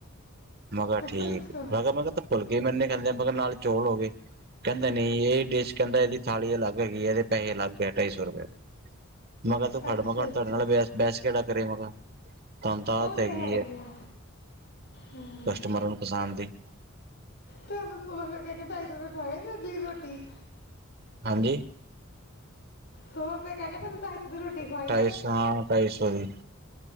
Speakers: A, on the right; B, on the left.
A: ਮੈਂ ਕਿਹਾ
B: ਅੱਛਾ
A: ਠੀਕ ਮੈਂ ਕਿਹਾ ਮੈਂ ਕਿਹਾ ਤਿੰਨ ਫੁਲਕੇ ਮੇਨੇ ਖਾਂਦੇ ਆ ਮੈਂ ਕਿਹਾ ਨਾਲ ਚੌਲ ਹੋ ਗਏ। ਕਹਿੰਦਾ ਨੀ, ਇਹ ਡਿਸ਼ ਕਹਿੰਦਾ ਇਹਦੀ ਥਾਲੀ ਅਲੱਗ ਹੈਗੀ ਇਹਦੇ ਪੈਸੇ ਅਲੱਗ ਐ ਟਾਈ ਸੋ ਰੁਪਏ। ਮੈ ਕਿਹਾ ਤੂੰ ਫੜ
B: ਅੱਛਾ
A: ਮੈਂ ਕੌਣ
B: ਅੱਛਾ
A: ਤਾੜੇ ਨਾਲ ਬ ਬੈਸ ਕੇਹਡਾ ਕਰੇ ਮੈਂ ਕਿਹਾ। ਤੁਹਾਨੂੰ ਤਾਂ
B: ਉਹ
A: ਆਦਤ
B: ਤੇ
A: ਹੈਗੀ
B: ਹੈ ਈ ਐ ਹਮ।
A: ਕਸਟਮਰਾਂ ਨੂੰ ਫਸਾਣ ਦੀ
B: ਤੁਹਾਨੂੰ ਸੋ ਰੁਪਏ ਕਹਿ ਕੇ ਟਾਈ ਸੌ ਰੁਪਏ ਖੁਆਈ ਜਾਂਦੀ ਰੋਟੀ।
A: ਹਾਂਜੀ
B: ਸੌ ਰੁਪਏ ਕਹਿ ਕੇ ਤੈਨੂੰ ਟਾਈ ਸੋ ਵੀ ਰੋਟੀ ਖੁਆਈ।
A: ਟਾਈ ਸੋ ਹਾ ਟਾਈ ਸੌ ਦੀ